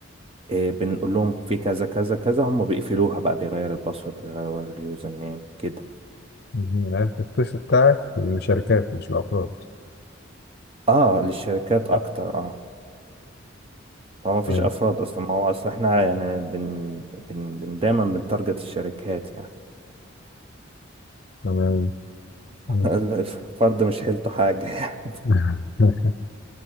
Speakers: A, on the right; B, on the left.
A: آه، بنقول لهم في كذا كذا كذا هم بيقفلوها بقى بيغير الباسورد بيغير اليوزر نيم كده
B: مم. عرفت التوش بتاعك للشركات مش الافراد
A: اه للشركات اكتر اه هو ما فيش
B: تمام
A: افراد اصلا ما هو اصلا احنا يعني بن, بن, بن دايما بنتارجت الشركات يعني
B: تمام
A: <laughs>
B: مم.
A: الفرد مش حيلته حاجه يعني
B: <laughs>